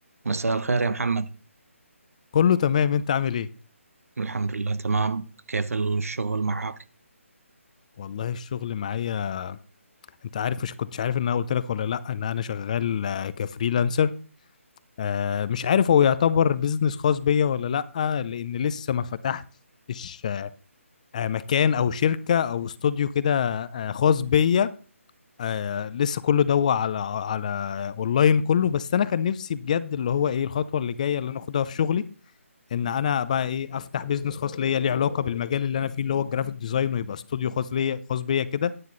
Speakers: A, on the right; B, on the left.
A: مساء الخير يا محمد
B: كله تمام انت عامل ايه
A: الحمد لله تمام كيف الشغل معك
B: والله الشغل معايا انت عارف مش كنتش عارف ان انا قلت لك ولا لا ان انا شغال آه، كفريلانسر آه، مش عارف هو يعتبر بيزنس خاص بيا ولا لا لان لسه ما فتحتش آه، مكان او شركة او استوديو كده آه، خاص بيا آه، لسه كله دوا على على اونلاين كله بس انا كان نفسي بجد اللي هو ايه الخطوة اللي جاية اللي انا اخدها في شغلي ان انا بقى ايه افتح بيزنس خاص ليا ليه علاقة بالمجال اللي انا فيه اللي هو الجرافيك ديزاين ويبقى استوديو خاص ليا خاص بيا كده